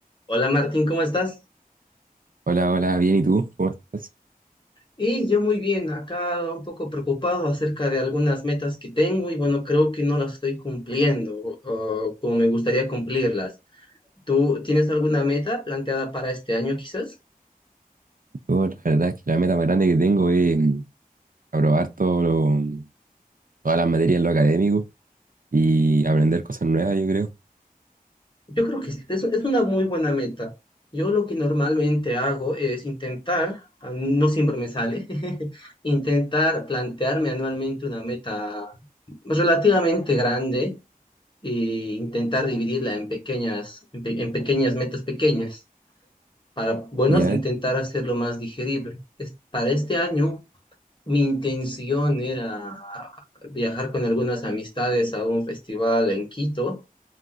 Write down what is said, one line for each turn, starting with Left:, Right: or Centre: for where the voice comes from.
Left: Hola Martín, ¿cómo estás?
Right: Hola, hola, bien, ¿y tú? ¿Cómo estás?
Left: Y yo muy bien, acá un poco preocupado acerca de algunas metas que tengo y bueno, creo que no las estoy cumpliendo o o como me gustaría cumplirlas. ¿Tú tienes alguna meta planteada para este año quizás?
Right: Yo, la verdad es que la meta más grande que tengo es mm, aprobar todo lo- mm, todas las materias en lo académico y aprender cosas nuevas, yo creo.
Left: Yo creo que sí, es, es una muy buena meta. Yo lo que normalmente hago es intentar, ah, no siempre me sale, <laughs> intentar plantearme anualmente una meta relativamente grande e intentar dividirla en pequeñas, en, pe- en pequeñas metas pequeñas para, bueno,
Right: Ya,
Left: intentar
Right: eh.
Left: hacerlo más digerible. Es- para este año, mi intención era viajar con algunas amistades a un festival en Quito,